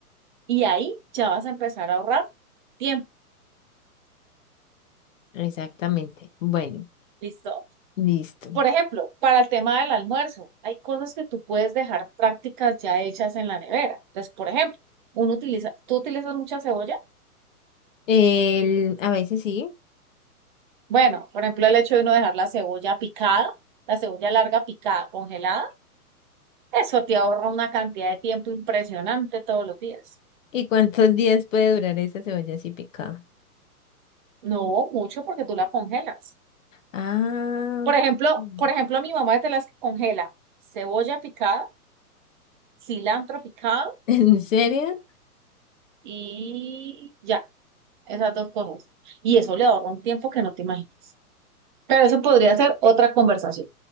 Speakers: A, on the right (about 30°); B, on the left (about 55°).
A: y ahí ya vas a empezar a ahorrar tiempo.
B: Exactamente. Bueno,
A: ¿Listo?
B: listo.
A: Por ejemplo, para el tema del almuerzo, hay cosas que tú puedes dejar prácticas ya hechas en la nevera. Entonces, por ejemplo, uno utiliza, ¿tú utilizas mucha cebolla?
B: El, a veces sí.
A: Bueno, por ejemplo, el hecho de uno dejar la cebolla picada, la cebolla larga picada, congelada, eso te ahorra una cantidad de tiempo impresionante todos los días.
B: ¿Y cuántos días puede durar esa cebolla así picada?
A: No mucho porque tú la congelas.
B: Ah,
A: Por ejemplo,
B: mm.
A: por ejemplo, mi mamá es de las que congela cebolla picada, cilantro picado
B: <laughs> ¿en serio?
A: y ya, esas dos cosas. Y eso le ahorra un tiempo que no te imaginas. Pero eso podría
B: Mm.
A: ser otra conversación.